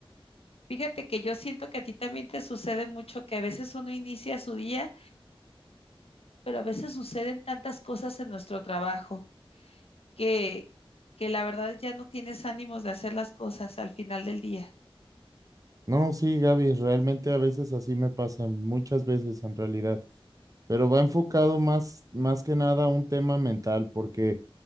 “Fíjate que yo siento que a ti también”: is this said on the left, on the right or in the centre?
Left